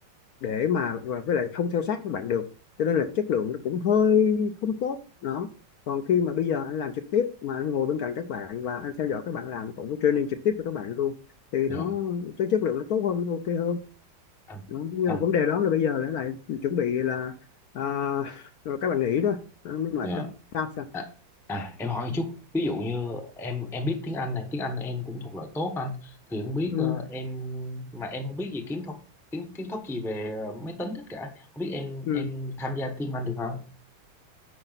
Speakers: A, on the left; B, in the centre.
A: để mà và với lại không theo sát các bạn được cho nên là chất lượng nó cũng hơi không tốt đó còn khi mà bây giờ anh làm trực tiếp mà anh ngồi bên cạnh các bạn và anh theo dõi các bạn làm cũng có training trực tiếp cho các bạn luôn thì
B: dạ,
A: nó cái chất lượng nó tốt hơn nó ok hơn
B: anh,
A: đó. nhưng
B: anh,
A: mà vấn đề đó là bây giờ lại lại chuẩn bị là à, rồi các bạn nghỉ đó nó mới mệt
B: dạ,
A: đó sao sao
B: à, à, em hỏi một chút, ví dụ như em em biết tiếng Anh này, tiếng Anh em cũng thuộc loại tốt anh, thì không biết
A: ừ,
B: ờ, em mà em không biết gì kiến thức kiến kiến thức gì về máy tính tất cả, không biết em
A: ừ.
B: em tham gia team anh được không?